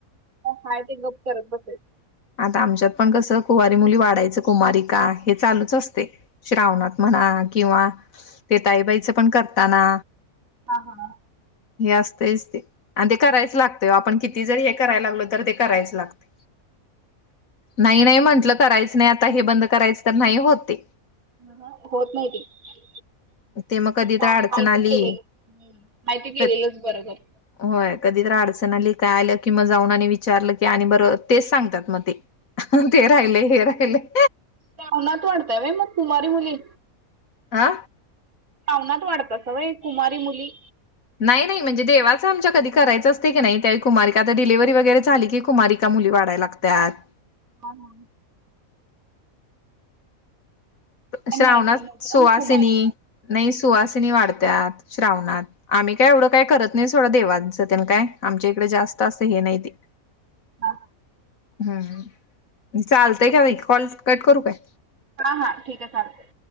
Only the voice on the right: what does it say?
हाय, ते गप्प करत बसायचं.
हा हा.
ह ह होत नाही, ते.
का
माहिती
केलेलं, माहिती केलेलंच
बरोबर.
श्रावणात वाढताय होय, मग कुमारी मुली?
श्रावणात वाढतासा होय, कुमारी मुली.
हा हा.
मी ऐकलं नव्हतं
कुमारी
हा हा
हा हा, ठीक आहे चालतयं.